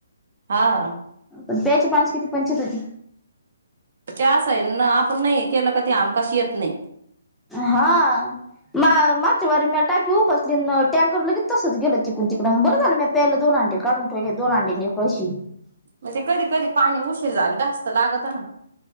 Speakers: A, on the right; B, in the centre.
A: हा
B: प्यायचे पान्याची किती पंचत होती?
A: ते अस आहे ना आपण नही केलं का ते हमकास येत नही
B: हा मा मग म्या टाकी उपसली न टँकर लगे तसच गेलं तिकून तिकडून बर झालं मी प्यायला दोनं हांडे काढून ठेवले दोन हांडे न एक कळशी
A: म ते कधी कधी पाणी उशीर झाल ता लागात ना.